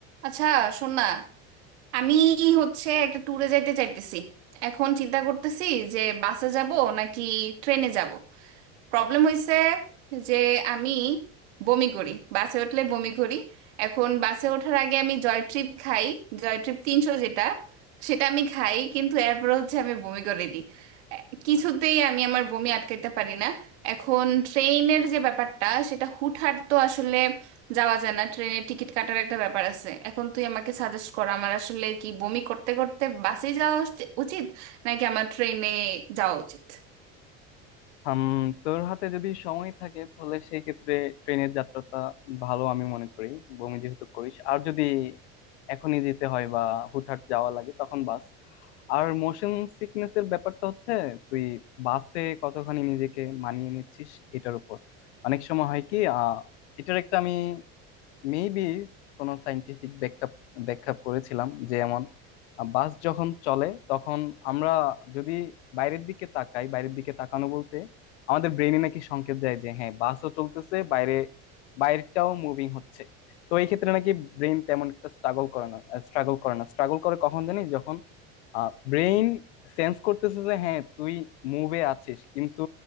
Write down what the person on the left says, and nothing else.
হাম তোর হাতে যদি সময় থাকে তাহলে সেই ক্ষেত্রে ট্রেনের যাত্রাটা ভালো আমি মনে করি বমি যেহেতু করিস আর যদি এখনই যেতে হয় বা হুটহাট যাওয়া লাগে তখন বাস আর মোশন সিকনেস এর ব্যাপারটা হচ্ছে তুই বাসে কতখানি নিজেকে মানিয়ে নিচ্ছিস এটার উপর অনেক সময় হয় কি আহ এটার একটা আমি মেবি কোনো সাইন্টিফিক ব্যাখ্যা ব্যাখ্যা পড়েছিলাম যে এমন বাস যখন চলে তখন আমরা যদি বাইরের দিকে তাকাই বাইরের দিকে তাকানো বলতে আমাদের ব্রেনে নাকি সংকেত যায় যে হ্যাঁ বাসও চলতেছে বাইরে বাইরেটাও মুভিং হচ্ছে তো এই ক্ষেত্রে নাকি ব্রেন তেমন একটা স্ট্রাগল করে না স্ট্রাগল করে না স্ট্রাগল করে কখন জানি যখন ব্রেন সেন্স করতেছে যে হ্যাঁ তুই মুভে আছিস কিন্তু